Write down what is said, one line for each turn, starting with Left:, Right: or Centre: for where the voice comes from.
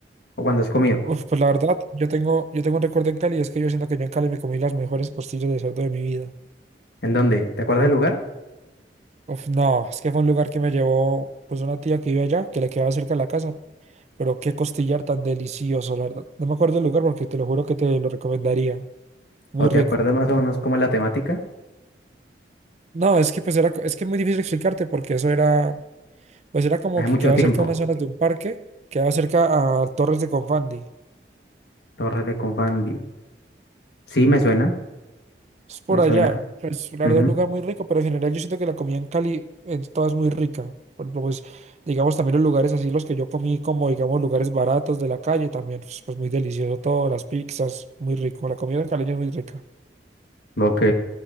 Left: ¿O cuando has comido?
Right: Uf, pues la verdad, yo tengo, yo tengo un recuerdo en Cali, es que yo siento que yo en Cali me comí las mejores costillas de cerdo de mi vida.
Left: ¿En dónde? ¿Te acuerdas del lugar?
Right: Uf, no, es que fue un lugar que me llevó pues una tía que vive allá, que le quedaba cerca de la casa, pero qué costillar tan delicioso, la verdad. No me acuerdo el lugar porque te lo juro que te lo recomendaría. Muy
Left: ¿O
Right: rico.
Left: te acuerdas más o menos cómo es la temática?
Right: No, es que pues era, es que es muy difícil explicarte porque eso era, pues era como
Left: Hace
Right: que
Left: mucho
Right: quedaba
Left: tiempo.
Right: cerca de unas zonas de un parque, quedaba cerca a Torres de Confandi.
Left: Torre de Confandi. Sí, me suena,
Right: Es por
Left: me suena.
Right: allá. Pues la
Left: Ujú,
Right: verdad, un lugar muy rico, pero en general yo siento que la comida en Cali es toda es muy rica. Por ejemplo, pues digamos también los lugares así, los que yo comí como digamos lugares baratos de la calle, también pues, pues, muy delicioso todo, las pizzas, muy rico. La comida caleña es muy rica.
Left: Ok.